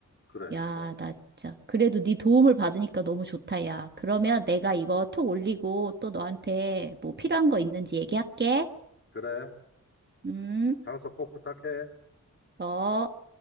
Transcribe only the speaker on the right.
야,
나 진짜. 그래도 네 도움을 받으니까 너무 좋다, 야. 그러면 내가 이거 톡 올리고 또 너한테 뭐 필요한 거 있는지 얘기할게.
음,
어.